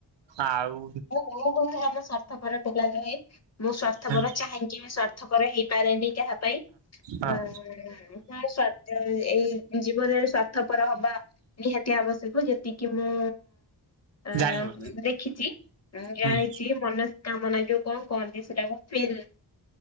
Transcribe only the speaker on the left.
ହଉ-ହଉ ଆମେ ସ୍ୱାର୍ଥପରା ପିଲା ନୁହେଁ, ମୁଁ ସ୍ଵାର୍ଥପର
ଚାହିଁକି ବି ସ୍ଵାର୍ଥପର ହେଇପାରେନି କାହା ପାଇଁ
ଉମ୍, ଉମ୍ ନାଇଁ ସାର୍ଥ ଏଇ ଜୀବନରେ ସ୍ଵାର୍ଥପର ପରା ହବା, ନିହାତି ଆବଶ୍ୟକ ଯେତିକି ମୁଁ ଅ,
ଦେଖିଛି ମୁଁ ଜାଣିଛି
ମନସ୍କାମନା ଯୋଉ, କଁ କହନ୍ତି ସେଟା କୁ ଫିଲ୍?